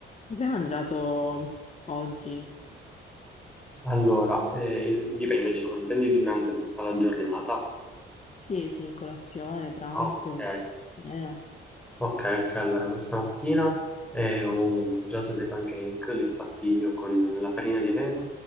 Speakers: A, on the left; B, in the centre.
A: Cosa hai mangiato oggi?
B: Allora, eh, in- dipende, diciamo, intendi durante tutta la giornata?
A: Sì, sì, colazione, pranzo,
B: Ok,
A: più o meno.
B: ok, ok, allora questa mattina eh, ho mangiato dei pancake, li ho fatti io con la farina di avena,